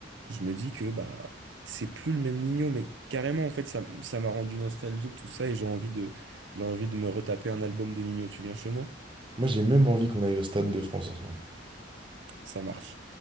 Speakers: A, on the right; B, on the right.
A: je me dis que bah c'est plus le même Nino, mais carrément en fait ça, ça m'a rendu nostalgique tout ça et j'ai envie de j'ai envie de me retaper un album de Nino. Tu viens chez moi?
B: Moi, j'ai même envie qu'on aille au Stade de France ensemble.
A: Ça marche.